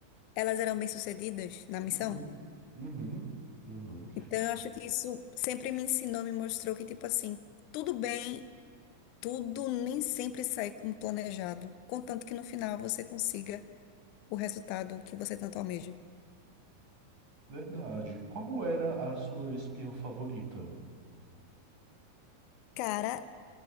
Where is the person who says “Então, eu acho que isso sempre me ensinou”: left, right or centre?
Left